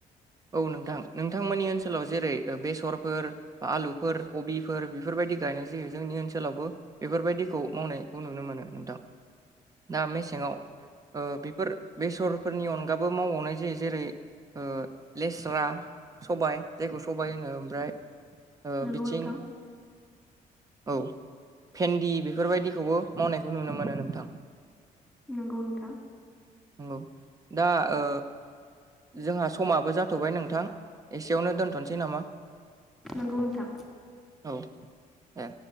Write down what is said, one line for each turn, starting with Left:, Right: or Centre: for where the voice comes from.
Right: औ नोंथां नोंथांमोननि ओनसोलाव जेरै बेसरफोर आलुफोर कबिफोर बिफोरबायदि गायनाय जायो जोंनि ओनसोलावबो बेफोरबायदिखौ मावनायखौ नुनो मोनो नोंथां दा मेसेंङाव ओ बेफोर बेसरफोरनि अनगाबो मावबावनाय जायो जेरै ओ लेस्रा सबाय जायखौ सबाय होनो ओमफ्राय ओ
Centre: नंगौ
Right: बिथिं
Centre: नोंथां
Right: औ भेन्दि बेफोरबायदिखौबो मावनायखौ नुनो मोनो नोंथां।
Centre: नंगौ नोंथां
Right: नंगौ दा ओ जोंहा समाबो जाथ'बाय नोंथां एसेयावनो दोनथ'नोसै नामा?
Centre: नंगौ नोंथा
Right: गौ ए